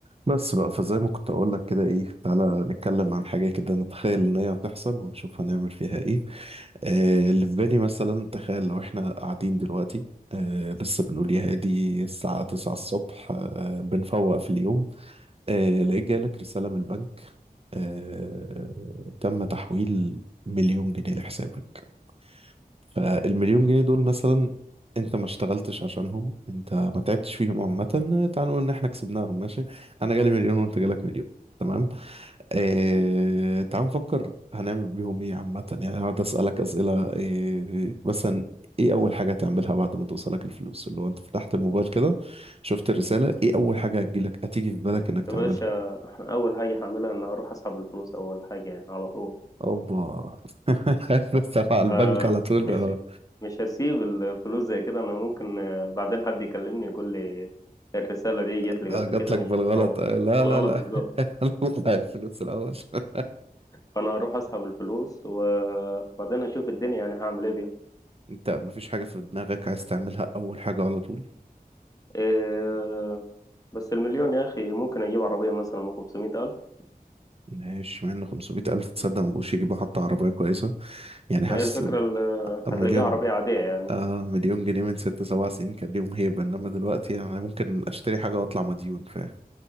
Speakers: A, on the right; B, on the left.
A: بس بقى فزي ما كنت اقول لك كده ايه تعالى نتكلم عن حاجه كده نتخيل ان هي هتحصل ونشوف هنعمل فيها ايه آه اللي في بالي مثلا تخيل لو احنا قاعدين دلوقتي آه لسه بنقول يا هادي الساعه 9 الصبح آه بنفوق في اليوم آه لقيت جالك رساله من البنك آه تم تحويل مليون جنيه لحسابك فالمليون جنيه دول مثلا انت ما اشتغلتش عشانهم انت ما تعبتش فيهم عامة تعال نقول ان احنا كسبناهم ماشي انا جالي مليون وانت جالك مليون تمام اه... تعال نفكر هنعمل بيهم ايه عامة يعني هقعد اسألك اسئلة إيه... مثلا ايه اول حاجة تعملها بعد ما توصلك الفلوس اللي هو انت فتحت الموبايل كده شفت الرسالة ايه اول حاجة هتجيلك هتيجي في بالك انك تعملها
B: يا باشا أول حاجة هعملها إن أروح أسحب الفلوس أول حاجة يعني على طول
A: اوبا <laughs> بس على البنك
B: فمش
A: على طول آه.
B: مش هسيب الفلوس زي كده أنا ممكن آه، بعدين حد يكلمني يقول لي الرسالة دي جت لي
A: اه
B: قبل
A: جات
B: كده
A: لك
B: مش
A: بالغلط
B: أو
A: آه، لا
B: الغلط
A: لا لا
B: بالظبط
A: <laughs> هنطلع الفلوس الاول <laughs>
B: فأنا هروح أسحب الفلوس وبعدين هشوف الدنيا يعني هعمل إيه بيهم
A: انت مفيش حاجه في دماغك عايز تعملها اول حاجه على طول
B: إيه، بس المليون يا أخي ممكن أجيب عربية مثلا من 500 ألف
A: ماشي مع ان 500 الف تصدق مبقوش يجيبوا حتى عربيه كويسه يعني
B: ما
A: حاسس
B: هي الفكرة
A: إن
B: ال- هتلاقيها
A: مليون
B: عربية عادية يعني
A: آه مليون جنيه من ست سبع سنين كان ليهم هيبه انما دلوقتي يعني ممكن اشتري حاجه واطلع مديون فاهم